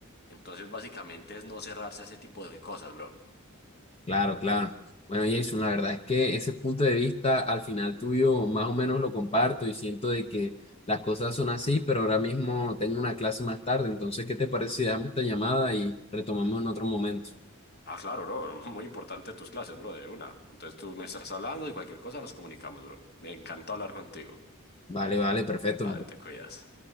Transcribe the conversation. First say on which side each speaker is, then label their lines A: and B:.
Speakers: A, on the left; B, on the left.
A: Entonces, básicamente es no cerrarse a ese tipo de cosas, bro.
B: Claro, claro. Bueno, Jason, la verdad es que ese punto de vista al final tuyo más o menos lo comparto y siento de que las cosas son así, pero ahora mismo tengo una clase más tarde, entonces, ¿qué te parece si damos esta llamada y retomamos en otro momento?
A: Ah, claro, bro. <laughs> Muy importante tus clases, bro, de una. Entonces tú me estás hablando y cualquier cosa nos comunicamos, bro. Me encantó hablar contigo.
B: Vale, vale, perfecto.
A: Vale,
B: nos
A: te cuidas.